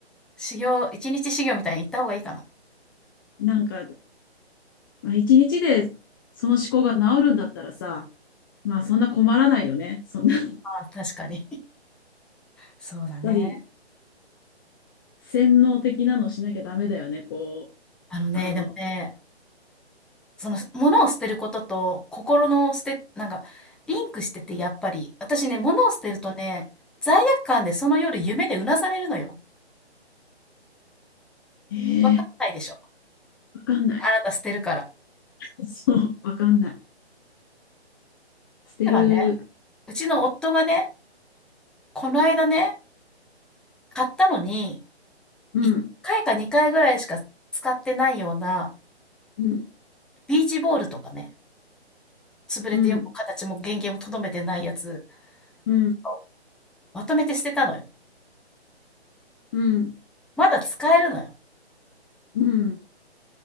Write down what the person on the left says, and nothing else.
なんか、まあ、一日でその思考が治るんだったらさ、まあそんな困らないよね。そんな、やっ
ぱり洗脳的なのしなきゃダメだよね。こう、
あの、
えー、
わかんない。
<laughs> そう、わかんない。捨てる。
うん、
うん、
うん、うん、
うん、
うん、